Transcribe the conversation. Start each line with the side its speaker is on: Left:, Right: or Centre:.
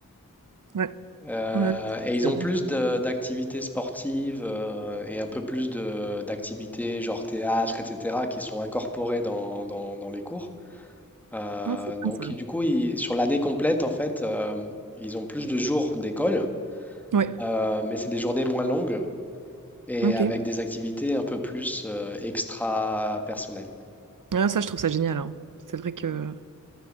Right: Ouais.
Centre: Euh,
Right: Ouais,
Centre: et
Right: c'est
Centre: ils ont
Right: vrai.
Centre: plus de- d'activités sportives euh, et un peu plus de- d'activités genre théâtre, etc., qui sont incorporées dans, dans- dans les cours. Euh,
Right: Non, c'est bien
Centre: donc, du
Right: ça.
Centre: coup, ils- sur l'année complète, en fait, euh, ils ont plus de jours d'école,
Right: Ouais.
Centre: euh, mais c'est des journées moins longues et
Right: Ok.
Centre: avec des activités un peu plus euh, extra-personnelles.
Right: Ah, ça, je trouve ça génial. hein. C'est vrai que...